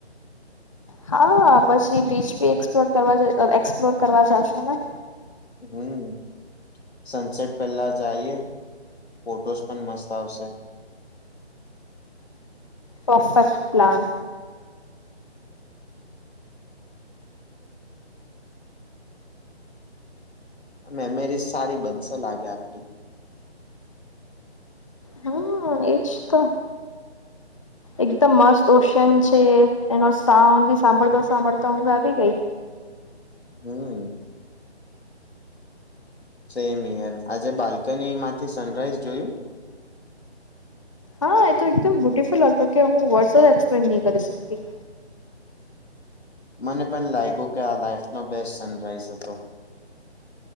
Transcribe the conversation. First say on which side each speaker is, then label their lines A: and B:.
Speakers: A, on the left (about 30°); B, on the left (about 65°).
A: હા, પછી બીચ બી એક્સપ્લોર કરવા, એક્સપ્લોર કરવા જશો ને?
B: હમ. સનસેટ પહેલા જઈએ, ફોટોસ પણ મસ્ત આવશે.
A: Perfect plan.
B: મેમરીઝ સારી બનશે લાગે આપડી.
A: હ. એજ તો. એકદમ મસ્ત ઓશિયન છે, એનો સાઉન્ડ ભી સાંભળતો સાંભળતો ઊધ આવી ગઈ.
B: હમ. સેમ યાર, આજે બાલ્કની માંથી સનરાઈઝ જોયું.
A: હા, એ તો એકદમ બ્યુટિફુલ હતો કે હું વર્ડસ જ એક્સપ્લેન નહીં કરી શકતી.
B: મને પણ લાગ્યું કે આ લાઈફ ન બેસ્ટ સનરાઈઝ હતો.